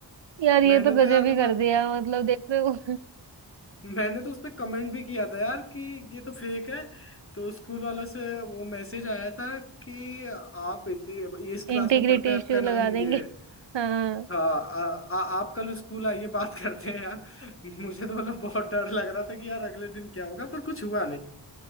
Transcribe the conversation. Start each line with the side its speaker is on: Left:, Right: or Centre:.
Right: यार ये
Left: मैंने
Right: तो
Left: तो
Right: गजब
Left: यार
Right: ही
Left: मतलब
Right: कर दिया मतलब देख रहे हो
Left: मैंने तो उस पे कमेंट भी किया था यार कि ये तो फेक है तो स्कूल वालों से वो मैसेज आया था कि आप इत- इस क्लास
Right: इंटीग्रिटी
Left: में पढ़ते हैं
Right: इश्यू
Left: आपका
Right: लगा
Left: नाम ये
Right: देंगे
Left: है
Right: हाँ <laughs>
Left: हाँ आ, आ, आप कल स्कूल आइए बात करते हैं यार <laughs> मुझे तो मतलब बहुत डर लग रहा था कि यार अगले दिन क्या होगा पर कुछ हुआ